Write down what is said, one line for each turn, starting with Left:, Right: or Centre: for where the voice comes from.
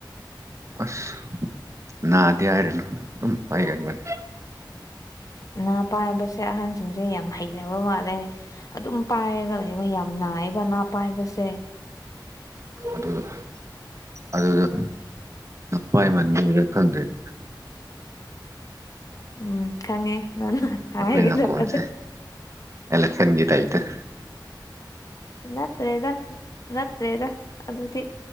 Right: ꯑꯁ ꯅꯥꯗꯤ ꯍꯥꯏꯔꯅꯨ ꯑꯗꯨꯝ ꯄꯥꯏꯒꯗꯕꯅꯤ
Left: ꯥ ꯄꯥꯏꯕꯁꯦ ꯑꯍꯟ ꯁꯤꯡꯁꯦ ꯌꯥꯝ ꯍꯩꯅꯕ ꯃꯥꯜꯂꯦ ꯑꯗꯨꯝ ꯄꯥꯏꯔꯒ ꯂꯩꯕ ꯌꯥꯝ ꯅꯥꯏꯑꯦꯕ ꯑꯅꯥ ꯄꯥꯏꯕꯁꯦ
Right: ꯑꯗꯨꯗ ꯑꯗꯨꯗ ꯑꯄꯥꯏ ꯃꯕꯤ ꯔ ꯈꯪꯗꯦ <inaudible>
Left: ꯎꯝ ꯈꯪꯉꯦ ꯅꯪꯅ ꯍꯥꯏꯒꯗꯕꯗꯣ
Right: ꯑꯩꯈꯣꯏ ꯅꯥꯀꯣꯟꯁꯦ ꯑꯦꯂꯦꯛꯁꯟꯒꯤ ꯇꯥꯏꯞꯇ
Left: ꯅꯠꯇ꯭ꯔꯦꯗ ꯅꯠꯇ꯭ꯔꯦꯗ ꯑꯗꯨꯗꯤ